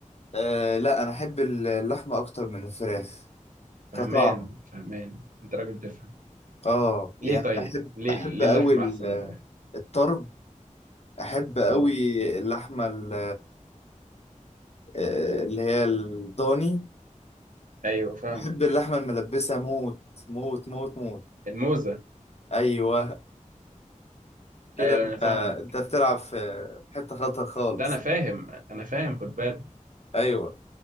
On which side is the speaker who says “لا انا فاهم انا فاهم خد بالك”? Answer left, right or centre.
Right